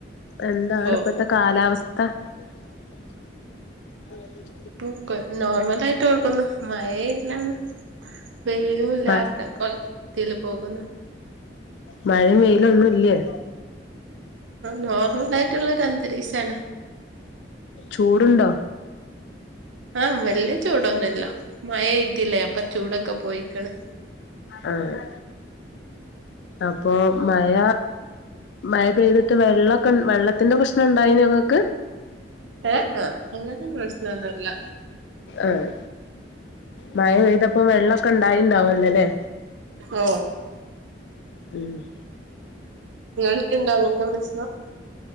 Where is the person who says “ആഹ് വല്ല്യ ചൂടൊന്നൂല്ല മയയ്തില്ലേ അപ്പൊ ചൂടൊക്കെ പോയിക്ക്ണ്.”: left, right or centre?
Right